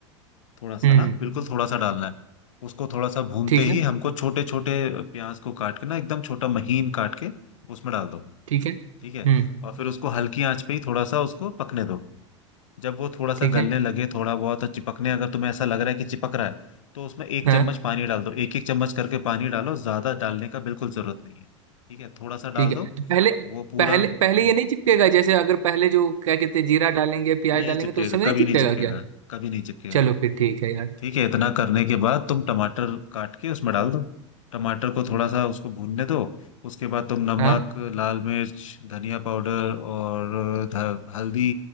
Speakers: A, on the left; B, on the right.
A: थोड़ा सा
B: हम्म
A: ना बिल्कुल थोड़ा सा डालना है उसको थोड़ा सा भूनते
B: ठीक
A: ही
B: है
A: हमको छोटे छोटे प्याज को काट के ना एकदम छोटा महीन काट के उसमें डाल दो
B: ठीक है
A: ठीक है
B: हम्म
A: और फिर उसको हल्की आंच पे ही थोड़ा सा उसको पकने दो जब वो थोड़ा सा
B: ठीक
A: गलने
B: है
A: लगे थोड़ा बहुत और चिपकने अगर तुम्हें ऐसा लग रहा है कि चिपक रहा है तो उसमें एक
B: हाँ
A: चम्मच पानी डाल दो एक एक चम्मच करके पानी डालो ज्यादा डालने का बिल्कुल जरूरत नहीं है ठीक है थोड़ा सा डाल
B: ठीक
A: दो
B: है तो पहले
A: वो पूरा
B: पहले पहले
A: हम्म,
B: ये नहीं चिपकेगा जैसे अगर पहले जो क्या कहते हैं जीरा डालेंगे प्याज
A: नहीं
B: डालेंगे
A: चिपकेगा
B: तो उस समय
A: कभी
B: नहीं चिपकेगा
A: नहीं चिपकेगा
B: क्या
A: कभी नहीं चिपकेगा
B: चलो फिर ठीक है यार
A: ठीक है इतना करने के बाद तुम टमाटर काट के उसमें डाल दो टमाटर को थोड़ा सा उसको भूनने दो उसके बाद तुम नमक
B: हाँ
A: लाल मिर्च धनिया पाउडर और ध- हल्दी